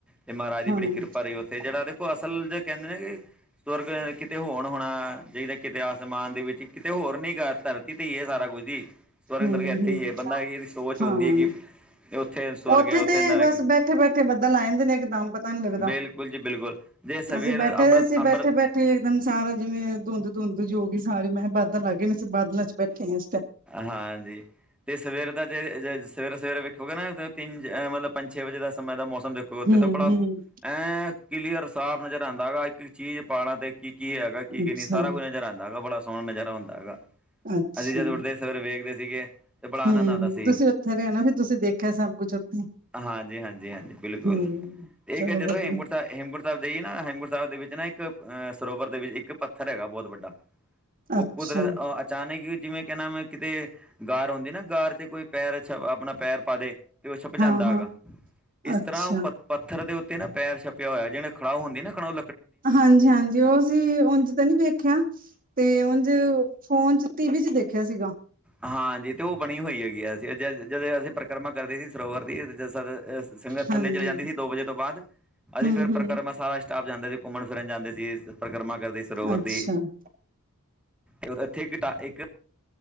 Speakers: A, in the centre; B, on the right (about 40°).
A: ਤੇ ਮਹਾਰਾਜ ਦੀ
B: ਹਾਂ
A: ਬੜੀ
B: ਹੂੰ,
A: ਕਿਰਪਾ ਰਹੀ। ਉੱਥੇ ਜਿਹੜਾ ਦੇਖੋ ਅਸਲ ਜੇ ਕਹਿੰਦੇ ਨੇ ਕਿ ਸਵਰਗ ਆ ਕਿਤੇ ਹੋਣ ਬਣਾਇਆ ਕਿਤੇ ਆਸਮਾਨ ਦੇ ਵਿੱਚ ਕਿਤੇ ਹੋਰ ਨੀ ਧਰਤੀ ਤੇ ਹੀ ਹੇ ਸਾਰਾ ਕੁਝ ਹੀ ਸਵਰਗ
B: ਹੂੰ
A: ਨਰਕ ਇੱਥੇ
B: ਹੂੰ
A: ਹੈ ਬੰਦਾ
B: ਹਾਂ।
A: ਇਹਦੀ ਸੋਚ ਹੁੰਦੀ ਹੈ ਕਿ ਉੱਥੇ ਸਵਰਗ
B: ਉੱਥੇ
A: ਹੈ
B: ਤੇ
A: ਨਰਕ
B: ਬਸ
A: ਹੈ।
B: ਬੈਠੇ ਬੈਠੇ ਬੱਦਲ ਆ ਜਾਂਦੇ ਨੇ। ਇੱਕ ਦਮ ਪਤਾ ਨਹੀਂ ਲੱਗਦਾ
A: ਬਿਲਕੁਲ ਜੀ ਬਿਲਕੁਲ ਜੇ ਸਵੇਰ
B: ਅਸੀਂ ਬੈਠੇ
A: ਅੰਮ੍ਰਿਤ
B: ਦੇ ਸੀ।
A: ਅੰਮ੍ਰਿਤ
B: ਬੈਠੇ ਬੈਠੇ ਬੈਠੇ ਇੱਕਦਮ ਸਾਰਾ ਜਿਵੇਂ ਧੁੰਦ ਧੁੰਦ ਜੀ ਹੋ ਗਈ ਸਾਰੇ। ਮੈਂ ਕਿਹਾ ਬਾਦਲ ਆ ਗਏ ਨੇ ਬਾਦਲਾਂ ਚ ਬੈਠੇ ਹਾਂ।
A: ਹਾਂਜੀ ਤੇ ਸਵੇਰ ਦਾ ਜੇ ਸਵੇਰੇ ਸਵੇਰੇ ਵੇਖੋਗੇ ਨਾ ਤਿੰਨਹ ਮਤਲਬ ਪੰਜ ਛੇ ਵਜੇ ਦਾ ਸਮੇਂ ਦਾ ਮੌਸਮ ਦੇਖੋਗੇ। ਉੱਥੇ
B: ਹੂੰ-ਹੂੰ-ਹੂੰ
A: ਤਾਂ ਬੜਾ ਐਂ ਕਲੀਅਰ ਸਾਫ਼ ਨਜ਼ਰ ਆਉਂਦਾ ਹੈਗਾ। ਇੱਕ ਚੀਜ਼ ਪਾਲਾਂ ਤੇ ਕੀ ਕੀ ਹੈਗਾ ਕੀ ਕੀ
B: ਅੱਛਾ।
A: ਨਹੀਂ ਸਾਰਾ ਕੁਝ ਨਜ਼ਰ ਆਉਂਦਾ ਹੈਗਾ। ਬੜਾ ਸੋਹਣਾ ਨਜ਼ਾਰ ਆਉਂਦਾ ਹੈਗਾ।
B: ਅੱਛਾ
A: ਅਸੀਂ ਜਦ ਉੱਠਦੇ ਸਵੇਰੇ ਵੇਖਦੇ ਸੀਗੇ ਤੇ ਬੜਾ
B: ਹੂੰ
A: ਆਨੰਦ ਆਂਦਾ ਸੀ।
B: ਤੁਸੀਂ ਉੱਥੇ ਰਹੇ ਨਾ ਫਿਰ ਤੁਸੀਂ ਦੇਖਿਆ ਸਭ ਕੁਛ ਉੱਥੇ
A: ਹਾਂਜੀ‌, ਹਾਂਜੀ, ਹਾਂਜੀ ਬਿਲਕੁਲ
B: ਹੂੰ।
A: ਏਹ
B: ਚਲੋ
A: ਕਹ ਜਦੋ
B: ਵਧੀਆ
A: ਹੇਮਕੁੰਟ ਹੇਮਕੁੰਟ ਸਾਹਿਬ ਜਾਈਏ ਨਾ ਹੇਮਕੁੰਟਸਾਹਿਬ ਦੇ ਵਿੱਚ ਨਾ ਇੱਕ ਅਹ ਸਰੋਵਰ ਦੇ ਵਿੱਚ ਇੱਕ ਪੱਥਰ ਹੈਗਾ ਬਹੁਤ ਵੱਡਾ ਉਹ
B: ਅੱਛਾ
A: ਕੁਦਰਤ ਅਚਾਨਕ ਹੀ ਜਿਵੇਂ ਕਹਿੰਣਾ ਮ ਕਿਤੇ ਗਾਰ ਹੁੰਦੀ ਨਾ ਗਾਰ ਤੇ ਕੋਈ ਪੈਰ ਛ ਆਪਣਾ ਪੈਰ ਪਾ ਦੇ ਤੇ ਉਹ ਛਪ ਜਾਂਦਾ
B: ਹਾਂ-ਹਾਂ
A: ਹੈਗਾ। ਇਸ
B: ਅੱਛਾ।
A: ਤਰ੍ਹਾਂ ਉਹ ਪੱਥਰ ਦੇੱ ਉਤੇ ਨਾ ਪੈਰ ਛਪਿਆ ਹੋਇਆ। ਜਿਹੜ ਖੜਾਹ ਹੁੰਦੀ ਨਾ ਖੜਾਹ
B: ਹਾਂਜੀ, ਹਾਂਜੀ ਉਹ ਸੀ ਉਂਜ ਤਾਂ ਨੀ ਵੇਖਿਆ ਤੇ ਉਝ ਫੋਨ ਚ, ਟੀ ਵੀ ਚ, ਦੇਖਿਆ ਸੀਗਾ,
A: ਹਾਂਜੀ ਤੇ ਉਹ ਬਣੀ ਹੋਈ ਹੈਗੀ ਆ, ਅਸੀਂ ਜ ਜਦੋਂ ਅਸੀਂ ਪਰਿਕਰਮਾ ਕਰਦੇ ਸੀ ਸਰੋਵਰ ਦੀ ਸੰਗਤ
B: ਹਾਂਜੀ
A: ਥੱਲੇ ਚਲੇ ਜਾਂਦੀ ਸੀ ਦੋ ਵਜੇ ਤੋਂ ਬਾਅਦ ਅਸੀਂ
B: ਹੂੰ-ਹੂੰ।
A: ਫਿਰ ਪਰਿਕਰਮਾ ਸਾਰਾ ਸਟਾਫ ਜਾਂਦਾ ਸੀ, ਘੁੰਮਣ ਫਿਰਨ ਜਾਂਦੇ ਸੀ, ਪਰਿਕਰਮਾ ਕਰਦੇ ਸਰੋਵਰ
B: ਅੱਛਾ-ਅੱਛਾ।
A: ਦੀ, ਇੱਥੇ ਗਾ ਇੱਕ,